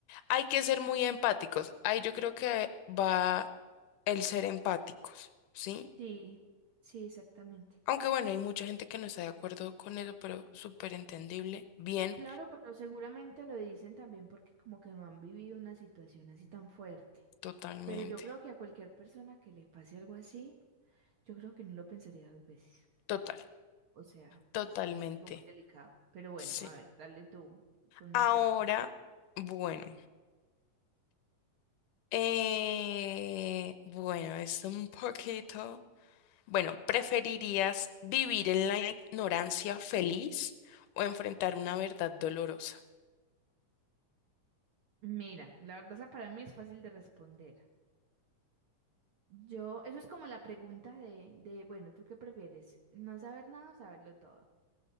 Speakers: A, on the left; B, on the right.
A: hay que ser muy empáticos. Ahí yo creo que va el ser empáticos, ¿sí?
B: Sí, sí, exactamente.
A: Aunque bueno, hay mucha gente que no está de acuerdo con eso, pero súper entendible. Bien,
B: Claro, pero seguramente lo dicen también porque como que no han vivido una situación así tan fuerte.
A: totalmente.
B: Pero yo creo que a cualquier persona que le pase algo así, yo creo que no lo pensaría dos veces.
A: Total,
B: O sea,
A: totalmente.
B: es, es algo muy delicado. Pero bueno,
A: Sí.
B: a ver, dale tú con una
A: Ahora,
B: preguntita.
A: bueno. eh, bueno, es un poquito. Bueno, ¿preferirías vivir en la ignorancia feliz o enfrentar una verdad dolorosa?
B: Mira, la verdad esa para mí es fácil de responder. Yo, eso es como la pregunta de, de, bueno, ¿tú qué prefieres? ¿No saber nada o saberlo todo?